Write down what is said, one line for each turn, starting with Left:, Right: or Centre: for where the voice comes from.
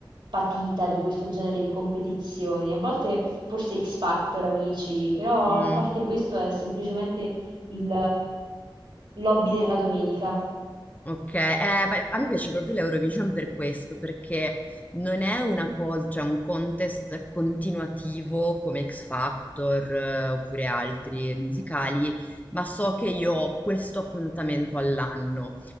Right: patita di questo genere di competizioni, a volte forse X Factor, amici, però
Left: Mm,
Right: a parte questo è semplicemente il lobby della domenica.
Left: ok, Eh, beh, a me piace proprio l'Eurovision per questo, perché non è una cosa, cioè un contest continuativo come X Factor, eh, oppure altri musicali, ma so che io ho questo appuntamento all'anno.